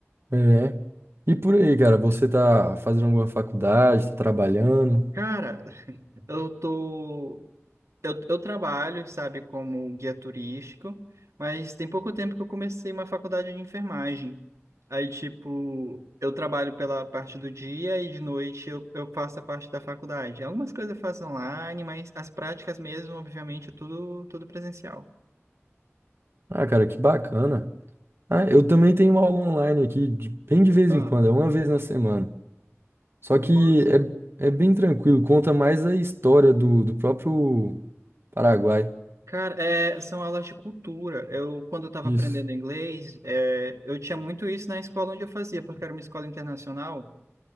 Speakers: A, on the right; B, on the right.
A: É. E por aí, cara, você tá fazendo alguma faculdade, tá trabalhando?
B: Cara, eu tô. Eu, eu trabalho, sabe, como guia turístico, mas tem pouco tempo que eu comecei uma faculdade de enfermagem. Aí, tipo, eu trabalho pela parte do dia e de noite eu, eu faço a parte da faculdade. Algumas coisas eu faço online, mas as práticas mesmo, obviamente, é tudo, tudo presencial.
A: Ah, cara, que bacana. Ah, eu também tenho uma aula online aqui, de- bem de vez
B: Ah,
A: em quando, é uma vez na semana. Só
B: nossa.
A: que é, é bem tranquilo, conta mais a história do, do próprio Paraguai.
B: Cara, é, são aulas de cultura. Eu, quando eu estava
A: Isso,
B: aprendendo inglês, é, eu tinha muito isso na escola onde eu fazia, porque era uma escola internacional.